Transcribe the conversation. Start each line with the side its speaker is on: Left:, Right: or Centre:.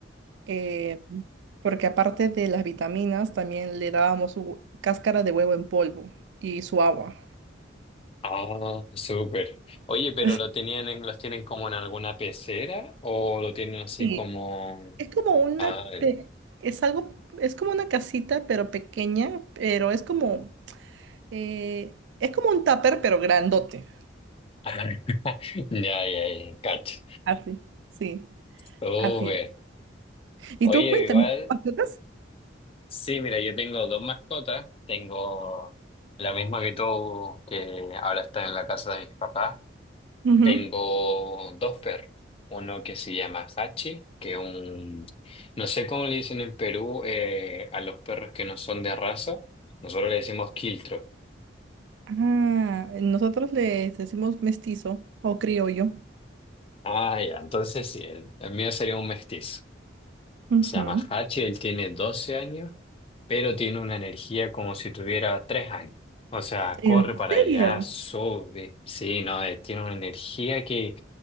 Right: eh, porque aparte de las vitaminas, también le dábamos su hue- cáscara de huevo en polvo y su agua.
Left: Ah, súper. Oye, pero
Right: <laughs>
Left: lo tenían en, los tienen como en alguna pecera o lo tienen así
Right: Sí,
Left: como.
Right: es como una,
Left: Ah,
Right: pe- es algo, es como una casita, pero pequeña, pero es como Eh, es como un tupper, pero grandote.
Left: ah, <laughs> ya, ya, ya, cacho.
Right: Así, sí,
Left: Súper.
Right: así. Y
Left: Oye,
Right: tú cuéntame,
Left: igual,
Right: ¿tienes mascotas?
Left: sí, mira, yo tengo dos mascotas. Tengo la misma que tú, que ahora está en la casa de mis papás.
Right: Ujú.
Left: Tengo dos perros. Uno que se llama Hachi, que es un... No sé cómo le dicen en Perú eh, a los perros que no son de raza. Nosotros le decimos quiltro.
Right: Ah, nosotros les decimos mestizo o criollo.
Left: Ah, ya, entonces sí, el, el mío sería un mestizo.
Right: Ujú.
Left: Se llama Hachi, él tiene 12 años, pero tiene una energía como si tuviera 3 años. O sea,
Right: ¿En
Left: corre para
Right: serio?
Left: allá, sube. Sí, no, eh, tiene una energía que